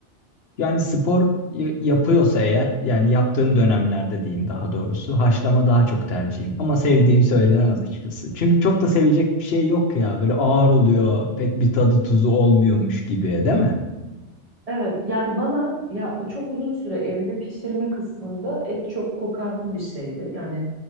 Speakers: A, on the left (about 60°); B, on the right (about 30°).
A: Yani spor y- yapıyorsa eğer, yani yaptığım dönemlerde diyeyim daha doğrusu, haşlama daha çok tercihim. Ama sevdiğim söylenemez açıkçası. Çünkü çok da sevecek bir şey yok ya. Böyle ağır oluyor, pek bir tadı tuzu olmuyormuş gibi, değil mi?
B: Evet, yani bana ya o çok uzun süre evde pişirme kısmında et çok kokan bir şeydi. Yani